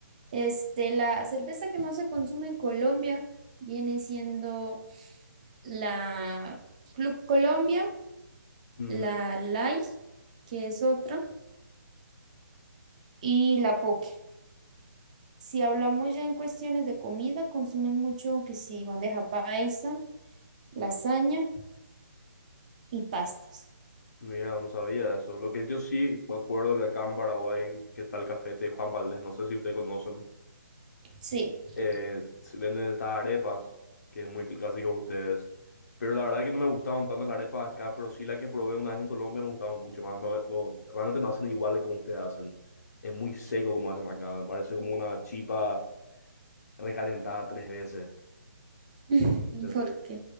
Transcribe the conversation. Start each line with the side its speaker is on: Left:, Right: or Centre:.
Right: Este, la cerveza que más se consume en Colombia viene siendo la Club Colombia,
Left: Ujú.
Right: la Light que es otra. y la poke. Si hablamos ya en cuestiones de comida, consumen mucho que si bandeja paisa, lasaña y pastas.
Left: Mira, no sabía eso. Lo que yo sí me acuerdo que acá en Paraguay, que está el café de Juan Valdez, no sé si ustedes conocen.
Right: Sí,
Left: eh, se venden estas arepas, que es muy cl- clásico de ustedes. Pero la verdad que no me gustaban tanto las arepas acá, pero sí la que probé una vez en Colombia me gustaban mucho más. No, no- realmente no hacen iguales como ustedes hacen. Es muy seco como hacen acá. Me parece como una chipa recalentada tres veces.
Right: <laughs>
Left: Este,
Right: Porque